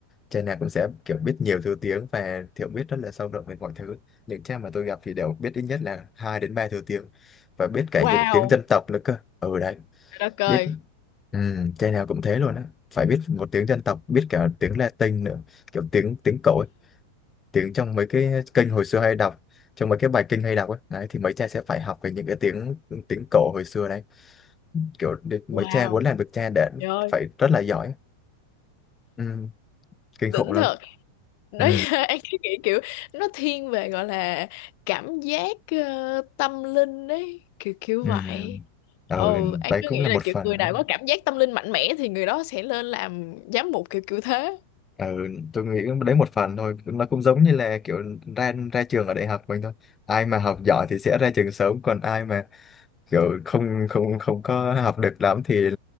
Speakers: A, on the left; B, on the left.
A: cha nào cũng sẽ kiểu biết nhiều thứ tiếng và hiểu biết rất là sâu rộng về mọi thứ. Những cha mà tôi gặp thì đều biết ít nhất là hai đến ba thứ tiếng và biết cả
B: wow
A: những tiếng dân tộc nữa cơ. Ừ đấy,
B: trời đất ơi
A: biết ừ, trai nào cũng thế luôn á. Phải biết một tiếng dân tộc, biết cả tiếng Latin nữa, kiểu tiếng tiếng cổ, ấy, tiếng trong mấy cái kênh hồi xưa hay đọc, trong mấy cái bài kinh hay đọc ấy. Đấy thì mấy cha sẽ phải học về những cái tiếng tiếng cổ hồi xưa đấy. Kiểu để- mấy
B: wow
A: cha muốn làm được cha đã
B: trời ơi,
A: phải rất là giỏi. Ừ, kinh
B: đỉnh
A: khủng lắm.
B: thật đấy
A: Ừ.
B: <laughs> anh cứ nghĩ kiểu nó thiên về gọi là cảm giác ờ, tâm linh đấy kiểu kiểu
A: Ừ.
B: vậy
A: Ừ,
B: ồ anh
A: đấy
B: cứ
A: cũng
B: nghĩ
A: là
B: là
A: một phần
B: kiểu người
A: đó.
B: nào có cảm giác tâm linh mạnh mẽ thì người đó sẽ lên làm giám mục kiểu kiểu thế
A: Ừ, tôi nghĩ đấy một phần thôi nó cũng giống như là kiểu ra ra trường ở đại học mình thôi ai mà học giỏi thì sẽ ra trường sớm còn ai mà kiểu không không không có học được lắm thì